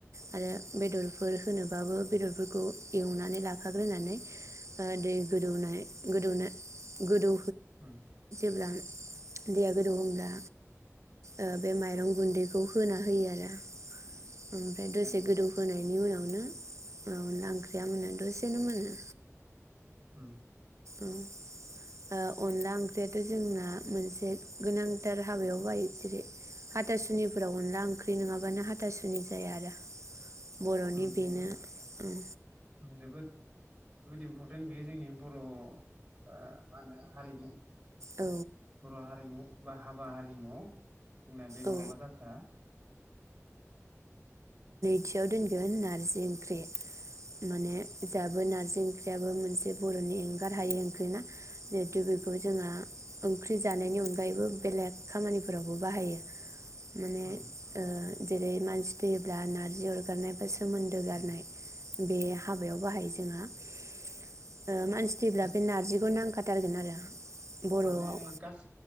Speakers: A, on the right; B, on the right.
A: आरो बेदरफोर होनोबाबो बेदरफोरखौ एवनानै लाखाग्रोनानै अ दै गोदौनाय गोदौनो गोदौ
B: उम
A: ब्ला दैया गोदौहोब्ला अ बे माइरं गुन्दै बेखौ होना होयो आरो। ओमफ्राय
B: थिगानो
A: दसे गोदौ होनोनायनि उनाव नो अनला ओंख्रिया मोनो दसेनो मोनो।
B: उम
A: ओह अनला ओंख्रियाथ' जोंना मोनसे गोनांथार हाबायाव बाय जेरै हाथासुनिफोराव अनला ओंख्रि नङाबानो हाथासुनि जाया आरो बर'नि
B: उम
A: बेनो
B: बेयो
A: उम
B: जोबोद बुहुद इम्परटेन्ट बेयो जोंनि बर'आव आ मा होनो हारिमु।
A: औ
B: बर' हारिमु बा हाबा हारिमुआव जोंना बे नङाबा
A: औ
B: जाथारा
A: थियाव दोनगोन नारजि ओंख्रि माने दाबो नारजि ओंख्रियाबो मोनसे बर'नि एंगार हायि ओंख्रि ना जिहेतु बेखौ जोंहा ओंख्रि जानायनि अनगायैबो बेलेग खामानिफोरावबो बाहायो माने
B: उम
A: ओ जेरै मानसि थैयोब्ला नारजि अरगारनाय सोमोनदो गारनाय
B: उम
A: बे हाबायाव बाहायो जोंहा। ओ मानसि थैब्ला
B: गासै
A: बे नारजिखौ नांगौ खाथारगोन आरो बर'आव
B: माने गास